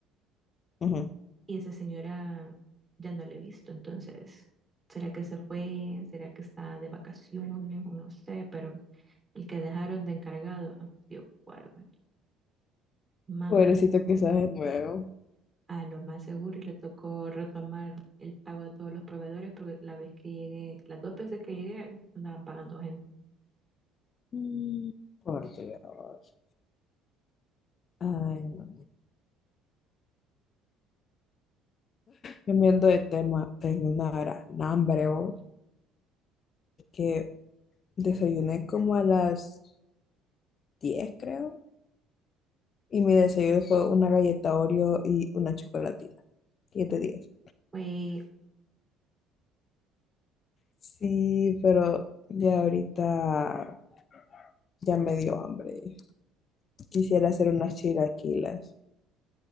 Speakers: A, on the left (about 45°); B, on the right (about 20°).
A: ujú.
B: y esa señora ya no la he visto, entonces, ¿será que se fue? ¿Será que está de vacaciones? O no sé, pero el que dejaron de encargado, ah, Dios guarda, más
A: Pobrecito,
B: maleta.
A: quizás es nuevo.
B: A lo más seguro y le tocó retomar el pago de todos los proveedores porque la vez que llegué, las dos veces que llegué, andaban pagando gente.
A: Mm, Por Dios. Ay, no. Cambiando de tema, tengo una gran hambre, vos, que desayuné como a las diez creo, y mi desayuno fue una galleta Oreo y una chocolatina. siete diez
B: Fue
A: Sí, pero ya ahorita ya me dio hambre. Quisiera hacer unas chilaquilas.